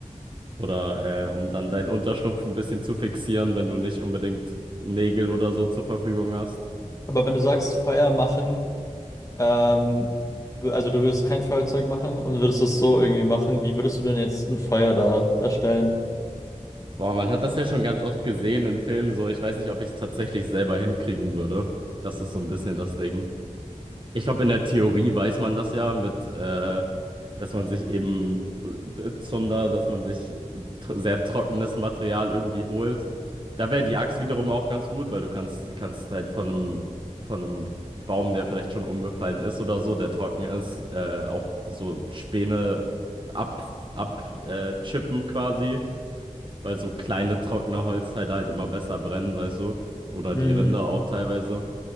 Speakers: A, on the right; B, on the left.
A: Oder äh, um dann deinen Unterschlupf ein bisschen zu fixieren, wenn du nicht unbedingt Nägel oder so zur Verfügung hast.
B: Aber wenn du sagst, Feuer machen, ähm, wür- also du würdest kein Feuerzeug machen und würdest es so irgendwie machen, wie würdest du denn jetzt ein Feuer da erstellen?
A: Boah, man hat das ja schon ganz oft gesehen in Filmen so. Ich weiß nicht, ob ich es tatsächlich selber hinkriegen würde. Das ist so ein bisschen das Ding. Ich glaube, in der Theorie weiß man das ja mit, äh, dass man sich eben äh, Zunder, dass man sich tro- sehr trockenes Material irgendwie holt. Da wäre die Axt wiederum auch ganz gut, weil du kannst, du kannst halt von einem, von einem Baum, der vielleicht schon umgefallen ist oder so, der trocken ist, äh, auch so Späne ab, ab, äh, chippen quasi, weil so kleine trockene Holzteile halt immer besser brennen, weißt du? Oder
B: Hm,
A: die Rinde auch teilweise,